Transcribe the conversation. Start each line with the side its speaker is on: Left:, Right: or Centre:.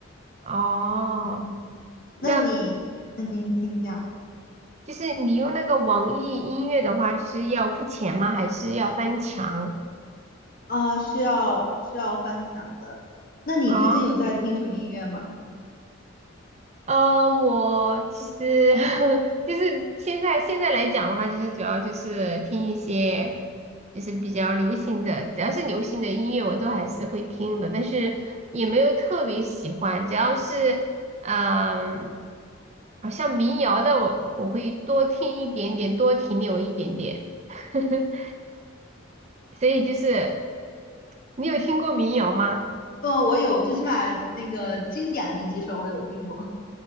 Right: 哦，
Left: 嗯，
Right: 那
Left: 那你，那你请讲
Right: 就是你用那个网易音乐的话，就是要付钱吗？还是要翻墙？
Left: 啊，是要是要翻墙的。那你最近有在听什么音乐吗？
Right: 哦，呃，我其实 <laughs> 就是现在现在来讲的话，就是主要就是听一些就是比较流行的，只要是流行的音乐我都还是会听的，但是也没有特别喜欢，只要是嗯、好像民谣的我我会多听一点点，多停留一点点。<laughs> 所以就是你有听过民谣吗？
Left: 呃，我有，最起码那个经典的那几首我有听过，